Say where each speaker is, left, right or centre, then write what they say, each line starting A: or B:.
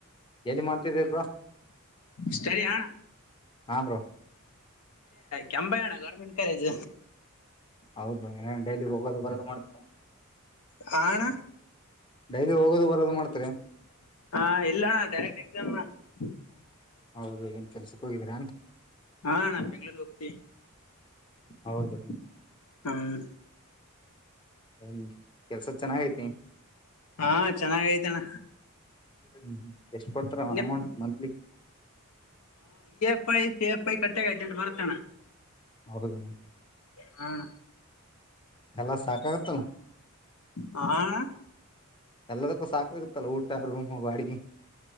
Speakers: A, on the left; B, on the left.
A: ಎಲ್ಲಿ ಮಾಡ್ತಿದಿ ಬ್ರೋ.
B: ಸ್ಟಡಿ ಹಾ ಅಣ್ಣ.
A: ಹಾ ಬ್ರೋ.
B: ಕೆಂಬೆ ಅಣ್ಣ ಗೌರ್ಮೆಂಟ್ ಕಾಲೇಜ್.
A: ಹೌದು ಏನ್ ಡೈಲಿ ಹೋಗೋದು ಬರೋದು ಮಾಡ್ತ
B: ಹಾ ಅಣ್ಣ.
A: ಡೈಲಿ ಹೋಗೋದು ಬರೋದು ಮಾಡ್ತರಾ.
B: ಹಾ ಇಲ್ಲಣ್ಣ <unintelligible>
A: ಹೌದು ಏನ್ ಕೆಲ್ಸಕ್ ಹೋಗಿದ್ರಾ ಎನ್.
B: ಹಾ ಅಣ್ಣ ಬೆಂಗ್ಳೂರ್ ಹೋಗ್ತಿವಿ.
A: ಹೌದು.
B: ಹ್ಮ್.
A: ಹ ಕೆಲ್ಸ ಚೆನ್ನಾಗೈತಿ.
B: ಹಾ ಚೆನ್ನಾಗ ಐತಣ್ಣ.
A: ಹ್ಮ ಎಷ್ಟ್ ಕೊಡ್ತಾರ
B: ನಿಮ್
A: ಅಮೌಂಟ್ ಮಂತ್ಲಿ.
B: ಪ್ಪಾಯಿ ಪಿಎಫ್ಐ ಕಟ್ಟಾಗಿ ಹದಿನೆಂಟಬರ್ತಣ.
A: <unintelligible>
B: ಹಾ ಅಣ್ಣ.
A: ಎಲ್ಲ ಸಾಕಾಗತ್ತಲ್ಲ.
B: ಹಾ ಅಣ್ಣ.
A: ಎಲ್ಲದಕ್ಕೂ ಸಾಕಾಗತ್ತಲ್ಲ. ಊಟ, ರೂಮ್, ಬಾಡಿಗಿ